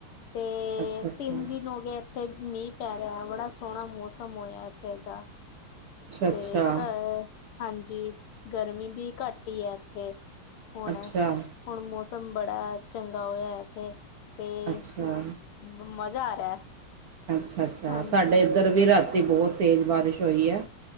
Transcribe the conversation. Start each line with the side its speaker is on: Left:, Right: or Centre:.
Left: ਤੇ
Right: ਅੱਛਾ ਅੱਛਾ
Left: ਤਿੰਨ ਦਿਨ ਹੋਗੇ ਇਥੇ ਮੀਂਹ ਪੈ ਰਿਹਾ, ਬੜਾ ਸੋਹਣਾ ਮੌਸਮ ਹੋਇਆ ਇੱਥੇ ਦਾ।
Right: ਅੱਛਾ ਅੱਛਾ
Left: ਤੇ ਘਰ ਹਾਂਜੀ, ਗਰਮੀ ਵੀ ਘੱਟ ਈ ਐ, ਇੱਥੇ ਹੁਣ।
Right: ਅੱਛਾ
Left: ਹੁਣ ਮੌਸਮ ਬੜਾ ਚੰਗਾ ਹੋਇਆ ਇੱਥੇ ਤੇ
Right: ਅੱਛਾ
Left: ਮ ਮਜ਼ਾ ਆ ਰਿਹਾ।
Right: ਅੱਛਾ -ਅੱਛਾ,
Left: ਹਾਂਜੀ
Right: ਸਾਡੇ ਇੱਧਰ ਵੀ ਰਾਤੀ ਬਹੁ ਤੇਜ਼ ਬਾਰਿਸ਼ ਹੋਈ ਐ।